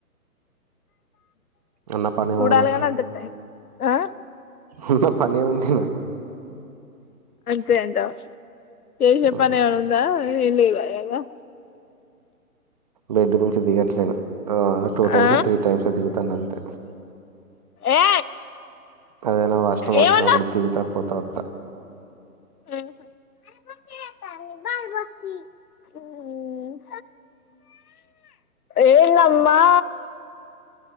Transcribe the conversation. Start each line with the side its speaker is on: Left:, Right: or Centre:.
Right: ఉన్న పనేముంది
Left: చూడాలిగానీ
Right: నాకు
Left: అంత టైం లేద్. ఆ.
Right: ఉన్న పనేముంది.
Left: అంతే అంటావా చేసే
Right: ఉమ్,
Left: పనేమ్మన ఉందా ఎంలేదైయ్ గా.
Right: బెడ్డు మించి దిగట్లేదు. టు టైమ్స్
Left: ఆ
Right: ఓ త్రీ టైమ్స్ ఓ దిగుతాన అంతే.
Left: ఏ
Right: అదైనా వాష్ రూమ్ వచ్చినప్పుడు
Left: ఏమన్నా
Right: దిగుతా పోతా వత్.
Left: ఆహ. తెతంది బలు పోసీ‌ అమ్మ. ఏందమ్మా.